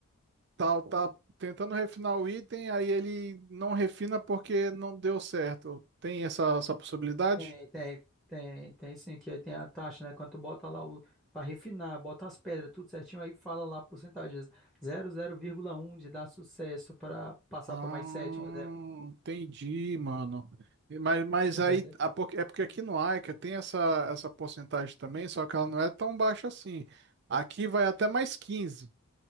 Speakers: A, on the right (about 50°); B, in the centre.
A: tá, tá tentando refinar o item, aí ele não refina porque não deu certo. Tem essa, essa possibilidade?
B: Tem, tem, tem, tem sim, que aí tem a taxa, né? Quando tu bota lá o. Pra refinar, bota as pedras, tudo certinho, aí fala lá a porcentagem. zero vírgula um de dar sucesso para passar
A: Ah,
B: para mais 7, um exemplo.
A: entendi, mano. E- Mas, mas
B: Entendeu?
A: aí, a por- é porque aqui no Aika tem essa, essa porcentagem também, só que ela não é tão baixa assim. Aqui vai até mais 15.